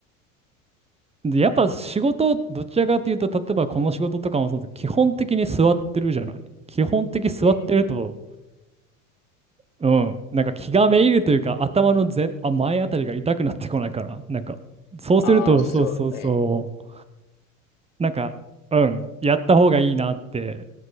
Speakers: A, on the right; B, on the left.
A: で、やっぱ仕事、どちらかというと、例えばこの仕事とかもそうです基本的に座ってるじゃない。基本的に座ってると、
B: ええ。
A: うん、なんか気がめいるというか、頭の前、あ、前あたりが痛くなってこないから、なんか、そうすると、
B: ああ、すごい。
A: そうそうそう、
B: ええ。
A: なんか、うん、やった方がいいなって、